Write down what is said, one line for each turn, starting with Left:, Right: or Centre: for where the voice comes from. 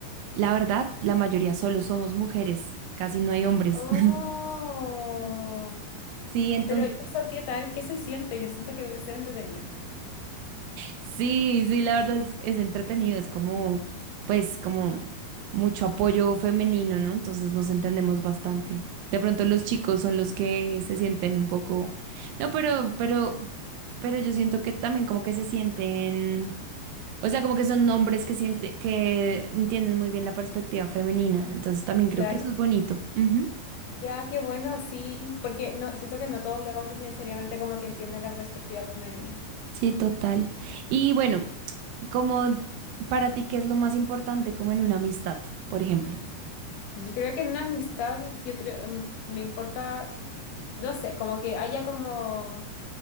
Right: La verdad, la mayoría solo somos mujeres, casi no hay hombres.
Left: Oh.
Right: <laughs> Sí, entonces,
Left: Pero eso, ¿qué tal? ¿Qué se siente? Yo siento que debe ser entretenido.
Right: sí, sí, la verdad es, es entretenido, es como, pues, como mucho apoyo femenino, ¿no? Entonces nos entendemos bastante. De pronto los chicos son los que se sienten un poco, no, pero, pero, pero yo siento que también como que se sienten, o sea, como que son hombres que siente, que entienden muy bien la perspectiva femenina. Entonces también creo
Left: Claro.
Right: que eso es bonito. Ujú.
Left: Ya, qué bueno, sí, porque no, siento que no todos los hombres necesariamente como que entienden la perspectiva femenina.
Right: Sí, total. Y bueno, Como para ti, ¿qué es lo más importante como en una amistad, por ejemplo?
Left: Yo creo que en una amistad, yo creo, em, me importa, no sé, como que haya como...